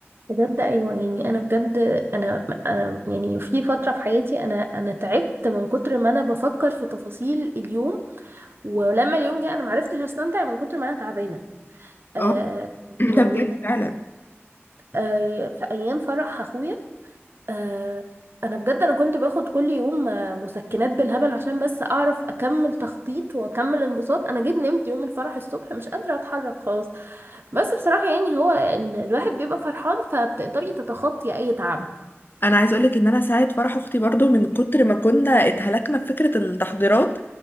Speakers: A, on the right; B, on the left.
A: بجد ايوه يعني انا بجد انا انا يعني في فتره في حياتي انا انا تعبت من كتر ما انا بفكر في تفاصيل اليوم ولما اليوم جه انا معرفتش استمتع من كتر ما انا تعبانه آه
B: اه <clears throat>
A: يعني
B: ده بجد فعلا
A: آه في ايام فرح اخويا آه انا بجد انا كنت باخد كل يوم آه، مسكنات بالهبل عشان بس اعرف اكمل تخطيط واكمل انبساط انا جيت نمت يوم الفرح الصبح مش قادره اتحرك خالص بس بصراحه يعني هو ال- الواحد بيبقى فرحان فبتقدري تتخطي اي تعب
B: انا عايز اقولك ان انا ساعه فرح اختي برضو من كتر ما كنا اتهلكنا في فكره التحضيرات